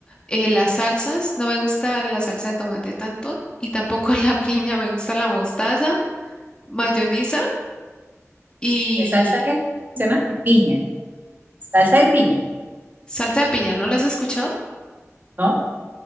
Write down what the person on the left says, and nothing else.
eh, las salsas, no me gusta la salsa de tomate tanto y tampoco <laughs> la piña, me gusta la mostaza, mayonesa y
salsa de piña, ¿no la has escuchado? <laughs>